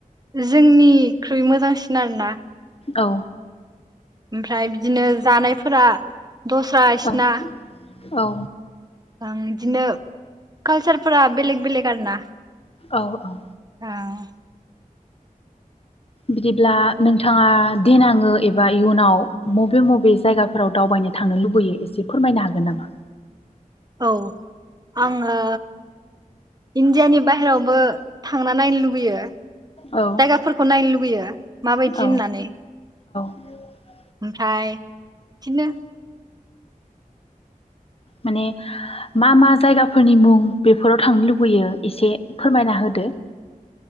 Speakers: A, on the right (about 25°); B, on the left (about 40°).
A: जोंनिख्रुइ मोजांसिन आरोना।
B: औ।
A: ओमफ्राय बिदिनो जानायफोरा दस्रा इसना
B: औ औ
A: आ बिदिनो कालसारफोरा बेलेग बेलेग आरो ना?
B: औ औ।
A: अह
B: बिदिब्ला नोंथाङा देनाङो एबा इयुनाव मबे मबे जायगाफोराव दावबायनो थांनो लुबैयो एसे फोरमायनो हागोन नामा
A: औ आङो इण्डियानि बाहेरावबो थांना नायनो लुुबैयो
B: औ
A: जायगाफोरखौ नायनो लुुबैयो माबायदि
B: औ
A: होननानै
B: <inaudible>
A: ओमफ्राय इदिनो
B: माने मा मा जायगाफोरनि मुं बेफोराव थांनो लुबैयो? एसे फोरमायना होदो दे